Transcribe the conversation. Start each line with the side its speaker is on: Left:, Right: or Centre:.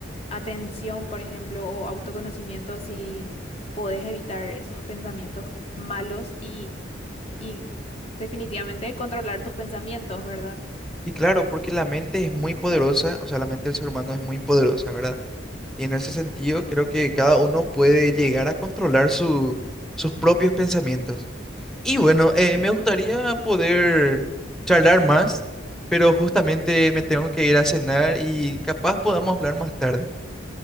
Left: atención, por ejemplo, o autoconocimiento, así podés evitar esos pensamientos malos y, y definitivamente controlar tus pensamientos, ¿verdad?
Centre: Y claro, porque la mente es muy poderosa, o sea, la mente del ser humano es muy poderosa, ¿verdad? Y en ese sentido creo que cada uno puede llegar a controlar su- sus propios pensamientos. Y bueno, eh, me gustaría poder charlar más, pero justamente me tengo que ir a cenar y capaz podamos hablar más tarde.